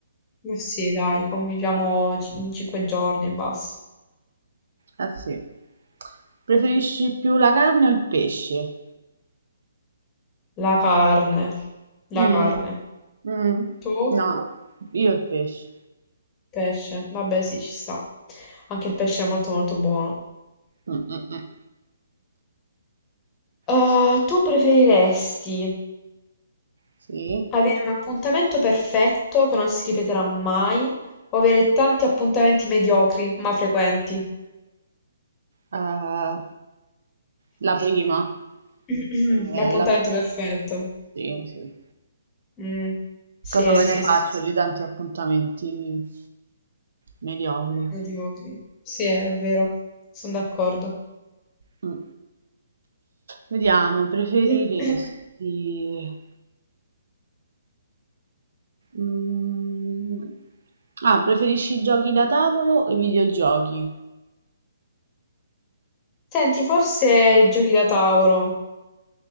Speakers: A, on the left; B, on the right.
A: Ma sì, dai, conviviamo ci- cinque giorni e basta.
B: Eh sì. Preferisci più la carne o il pesce?
A: La carne, la
B: Mm,
A: carne.
B: eh, mm,
A: Tu?
B: no, no, io il pesce.
A: Pesce. Vabbè, sì, ci sta. Anche il pesce è molto molto buono.
B: Mm, mm, mm.
A: Eh,
B: sì,
A: tu preferiresti
B: Sì,
A: Avere un appuntamento perfetto che non si ripeterà mai, o avere tanti appuntamenti mediocri ma frequenti.
B: eh, la prima.
A: <clears throat>
B: eh,
A: L'appuntamento
B: la-
A: perfetto.
B: Sì, sì.
A: Mm. Sì,
B: Cosa
A: eh,
B: me ne
A: sì,
B: sì,
A: sì.
B: faccio di tanti appuntamenti mediocri?
A: Mediocri. Sì, eh, è vero. Sono d'accordo.
B: Mh. Vediamo, preferiresti
A: <clears throat>
B: mhmm, ah, preferisci i giochi da tavolo o i videogiochi?
A: Senti, forse giochi da tavolo.